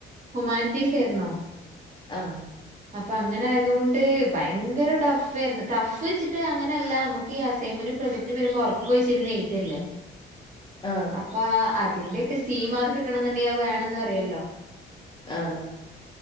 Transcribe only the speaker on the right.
ഹുമാനിറ്റീസേര്ന്നു
അപ്പങ്ങനായതോണ്ട് ട്ട് ഭയ്ങ്കര ടഫേര്ന്ന് ടഫ്ച്ച്ട്ട് അങ്ങനല്ല നമ്മക്കി അസൈൻമെന്റും പ്രൊജക്ടും വര്മ്പോ ഒർക്കൊയ്ച്ചിര്ന്നെയ്തല്ലേ
അപ്പാ അതിൻ്റൊക്കെ സീ മാർക്ക്ട്ടണംന്ന്ണ്ടെങ്കി അത് വേണന്നറിയല്ലോ